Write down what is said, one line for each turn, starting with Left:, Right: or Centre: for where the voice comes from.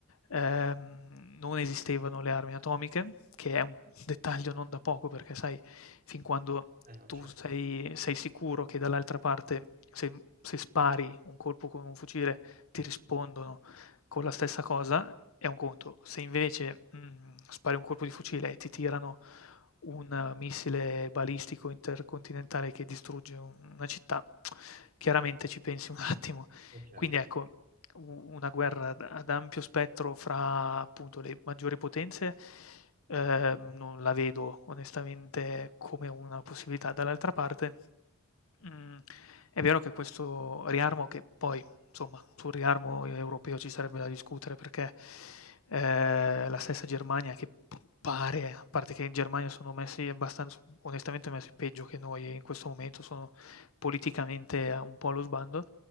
Left: Ehm, non esistevano le armi atomiche, che è un dettaglio non da poco perché sai, fin quando
Right: Eh no,
Left: tu
Right: certo,
Left: sei sei sicuro che dall'altra parte se se spari un colpo con un fucile ti rispondono con la stessa cosa è un conto. Se invece, mhmm, spari un colpo di fucile e ti tirano un missile balistico intercontinentale che distrugge una città, chiaramente ci pensi un <laughs> attimo.
Right: eh, certo.
Left: Quindi ecco, u una guerra ad ad ampio spettro fra appunto le maggiori potenze, ehm, non la vedo onestamente come una possibilità. Dall'altra parte Mhmm, è vero che questo riarmo che poi, insomma, sul riarmo europeo ci sarebbe da discutere perché, ehm, la stessa Germania che p pare, a parte che in Germania sono messi abbastanz onestamente messi peggio che noi in questo momento, sono politicamente a un po' allo sbando,